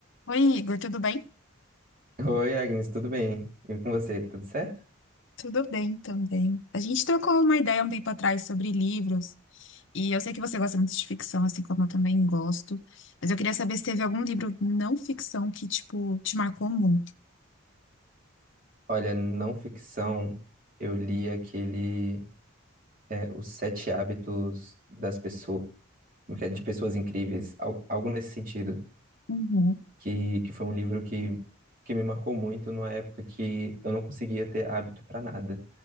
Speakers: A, on the left; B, on the right.
A: Oi, Igor, tudo bem?
B: Oi, Agnes, tudo bem? E com você, tudo certo?
A: Tudo bem também. A gente trocou uma ideia um tempo atrás sobre livros, e eu sei que você gosta muito de ficção, assim como eu também gosto, mas eu queria saber se teve algum livro não ficção que, tipo, te marcou muito.
B: Olha, não ficção, eu li aquele é, Os Sete Hábitos das Pessoas, de Pessoas Incríveis, al- algo nesse sentido,
A: Uhum,
B: que, que foi um livro que, que me marcou muito numa época que eu não conseguia ter hábito para nada.